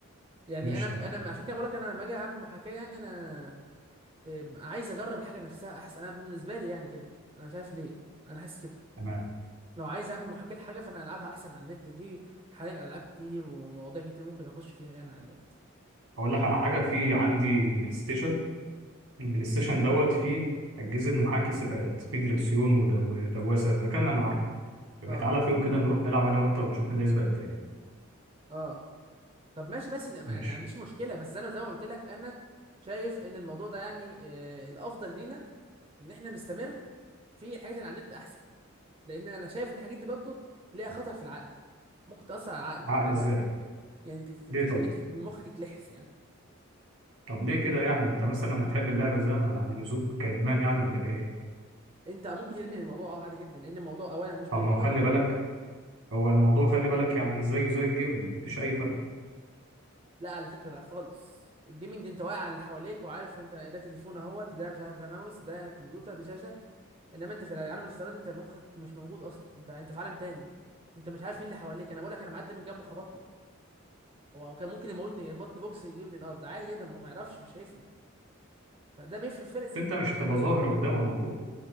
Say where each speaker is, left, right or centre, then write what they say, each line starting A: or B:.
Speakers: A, on the right (about 25°); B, on the right (about 85°).
A: يعني
B: ماشي
A: انا
B: تمام
A: انا عشان كده بقول لك انا لما اجي اعمل محاكاه يعني انا ام، عايز اجرب الحاجه نفسها احسن انا بالنسبه لي يعني كده انا شايف ليه انا حاسس كده
B: تمام
A: لو عايز اعمل محاكاة لحاجة فانا العبها احسن على النت في حاليا العاب كتير ومواضيع كتير ممكن اخش فيها يعني على النت
B: اقول لك على حاجه في عندي بلاي ستيشن البلاي ستيشن دوت فيه أجهزة محاكي سباقات فيه دريكسيون ودو- ودواسة مكان أنا عارفه يبقى
A: اه
B: تعالى في يوم كده نروح نلعب أنا وأنت ونشوف مين هيسبق التاني
A: اه طب ماشي بس ده-
B: ماشي
A: يعني ما عنديش مشكلة بس انا زي ما قلت لك انا شايف ان الموضوع ده يعني آه الافضل لينا ان احنا نستمر في الحاجات اللي على النت احسن لان انا شايف ان الحاجات دي برضه ليها خطر في العقل ممكن تأثر على عقلك
B: عقل
A: مع
B: إزاي
A: الوقت يعني تت- تت-
B: ليه
A: تخليك
B: طب
A: تت- مخك يتلحس يعني
B: طب ليه كده يعني أنت مثلا هتحب اللعبة زي ما- عن اللزوم كإدمان يعني ولا كإيه
A: انت ممكن تدمن الموضوع اه عادي جدا لان الموضوع اولا مش بيرهقك
B: طب ما هو خلي بالك هو الموضوع خلي بالك يعني زيه زي الجيمنج مفيش أي فرق
A: لا على فكرة لا خالص الجيمنج انت واقع على اللي حواليك وعارف انت ده تليفون اهوت ده مش عارف ده ماوس ده كمبيوتر ده شاشة انما انت في العالم الافتراضي انت مخك مش موجود اصلا انت انت في عالم تاني انت مش عارف مين اللي حواليك انا بقول لك انا معدي من جنبه خبطني هو كان ممكن يموتني يخبطني بوكس يجيب لي الارض عادي جدا ما هو ما يعرفش مش شايفني فده بيفرق فرق
B: بس
A: كبير
B: أنت
A: جدا
B: مش
A: عن
B: هتبقى
A: الالعاب
B: ظاهر قدامه المفروض